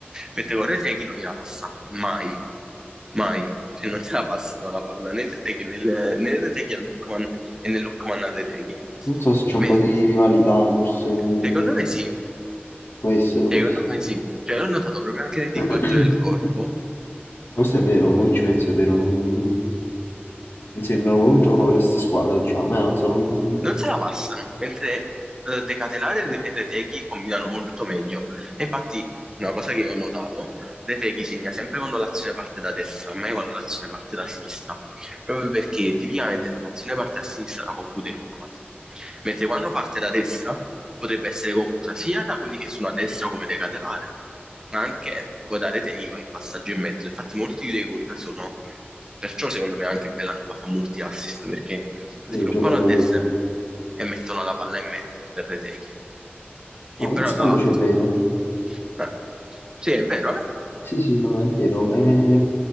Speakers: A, on the right (about 20°); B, on the left (about 70°).
A: mentre con Retegui non gliela passa mai, mai. Se non se la passano la palla né Retegui, nel- né Retegui a Lookman e né Lookman a Retegui.
B: Non so se c'è un
A: Men-
B: po' di rivalità, forse, non-
A: Secondo
B: non-
A: me sì,
B: può essere,
A: Secondo
B: può essere.
A: me sì, cioè l'ho notato proprio anche nel linguaggio
B: <clears throat>
A: del corpo.
B: Questo è vero, mo che ci penso, è vero, non... non sembrano proprio che giocano per la stessa squadra, diciamo, eh, non so, non...
A: Non se la passano, mentre eh, De Ketelare e Re- e Retegui combinano molto meglio. E infatti, una cosa che ho notato, Retegui segna sempre quando l'azione parte da destra, mai quando l'azione parte da sinistra, proprio perché tipicamente se l'azione parte a sinistra la conclude Lukman, mentre quando parte da destra potrebbe essere conclusa sia da quelli che sono a destra come De Ketelare, ma anche poi da Retegui con il passaggio in mezzo. Infatti molti dei gol sono, perciò secondo me anche Bellanova fa molti assist, perché
B: sì,
A: sviluppano
B: gioca da
A: a destra e mettono la palla in mezzo per Retechi. E
B: No, pensandoci
A: però, tra l'altro,
B: è vero.
A: eh, sì, è vero, eh?
B: Sì, sì, no, è vero. eh,